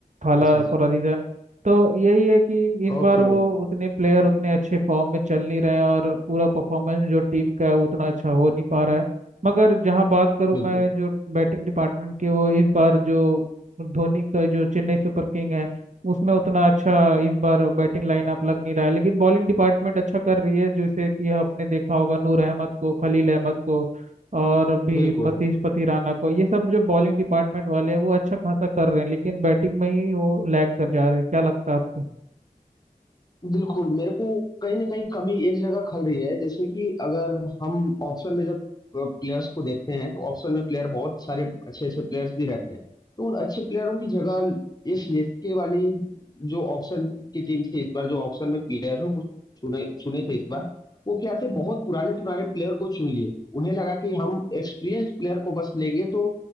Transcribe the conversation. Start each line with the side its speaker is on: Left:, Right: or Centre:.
Right: Thala
Left: अच्छा अच्छा
Right: for a reason तो यही है कि इस
Left: Okay
Right: बार वो
Left: okay
Right: उतने प्लेयर उतने अच्छे फॉर्म में चल नहीं रहे हैं और पूरा परफॉर्मेंस जो टीम का है वो उतना अच्छा हो नहीं पा रहा है मगर जहाँ बात करूँ
Left: बिल्कुल
Right: मैं जो बैटिंग डिपार्टमेंट की वो इस बार जो धोनी का जो चेन्नई सुपर किंग है उसमें उतना अच्छा इस बार बैटिंग लाइनअप लग नहीं रहा है लेकिन बॉलिंग डिपार्टमेंट अच्छा कर रही है जैसे कि आपने देखा होगा नूर अहमद को खलील अहमद को और भी
Left: बिल्कुल
Right: मतीश पथिराना को ये सब जो बॉलिंग डिपार्टमेंट वाले हैं वो अच्छा खासा कर रहे हैं लेकिन बैटिंग में ही वो लैग कर जा रहे हैं क्या लगता है आपको
Left: बिल्कुल मेरे को कहीं ना कहीं कमी एक जगह खल रही है जैसे कि अगर हम ऑप्शन में जब प्लेयर्स को देखते हैं तो ऑप्शन में प्लेयर बहुत सारे अच्छे अच्छे प्लेयर्स भी रहते हैं तो उन अच्छे प्लेयरों की जगह ये सीएसके वाली जो ऑप्शन की टीम थी इस बार जो ऑप्शन में प्लेयर हो वो चुने चुने थे इस बार वो क्या थे बहुत पुराने पुराने प्लेयर को चुन लिए उन्हें लगा कि हम एक्सपीरियंस प्लेयर को बस लेंगे तो